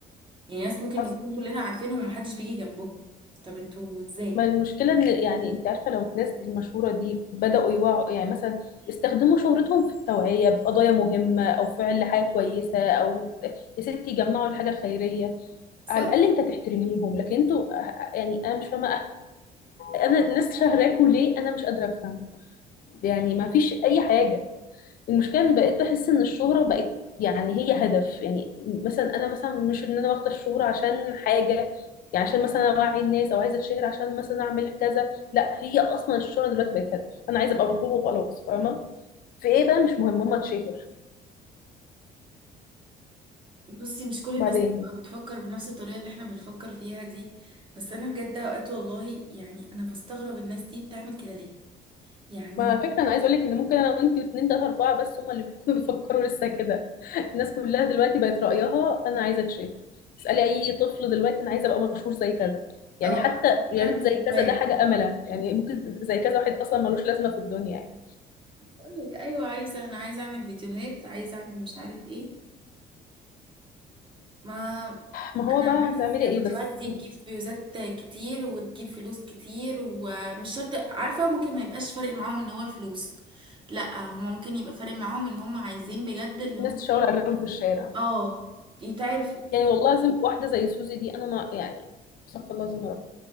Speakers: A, on the right; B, on the left.
A: يعني ناس ممكن
B: حصل
A: نكون كلنا عارفينهم ومحدش بيجي جنبهم طب انتوا ازاي
B: ما المشكلة إن يعني أنت عارفة لو الناس دي المشهورة دي بدأوا يوعوا يعني مثلا استخدموا شهرتهم في التوعية بقضايا مهمة أو فعل حاجة كويسة أو يا ستي جمعوا لحاجة خيرية
A: صح؟
B: على الأقل أنت تحترميهم لكن أنتوا يعني أنا مش فاهمة أنا الناس شهراكوا ليه أنا مش قادرة أفهم يعني ما فيش أي حاجة المشكله ان بقيت بحس ان الشهره بقت يعني هي هدف يعني مثلا انا مثلا مش ان انا واخده الشهره عشان حاجه يعني عشان مثلا اوعي الناس او عايزه اتشهر عشان مثلا اعمل كذا لا هي اصلا الشهره دلوقتي بقت هدف انا عايزه ابقى مطلوبه وخلاص فاهمه في ايه بقى مش مهم ماما تشهر
A: بصي مش كل الناس
B: بعدين
A: بتفكر بنفس الطريقة اللي احنا بنفكر فيها دي بس انا بجد اوقات والله يعني انا بستغرب الناس دي بتعمل كده ليه يعني
B: ما على فكرة أنا عايز أقولك إن ممكن أنا وأنتي واتنين تلاتة أربعة بس هما اللي بيكونوا <laughs> بيفكروا لسه كده الناس كلها دلوقتي بقت رأيها أنا عايزة أتشهر اسألي أي طفل دلوقتي أنا عايزة أبقى مشهور زي كذا يعني
A: اه
B: حتى
A: انا
B: يا
A: بعمل
B: ريت زي
A: فيديوهات
B: كذا ده حاجة أملة يعني ممكن زي كذا واحد أصلا ملوش لازمة في الدنيا يعني
A: بقول لك ايوه عايزة انا عايزة اعمل فيديوهات عايزة اعمل مش عارف ايه ما
B: ما هو
A: انا
B: بقى
A: عايز
B: هتعملي إيه
A: فيديوهات
B: بس
A: دي تجيب فيوزات كتير وتجيب فلوس كتير ومش شرط عارفة ممكن ما يبقاش فارق معاهم ان هو الفلوس لا هما ممكن يبقى فارق معاهم ان هما عايزين بجد اللي
B: الناس
A: هم
B: تشاور
A: ايه
B: عليهم في الشارع
A: اه يتعرفوا
B: يعني والله العظيم واحدة زي سوزي دي أنا ما يعني استغفر الله العظيم يا رب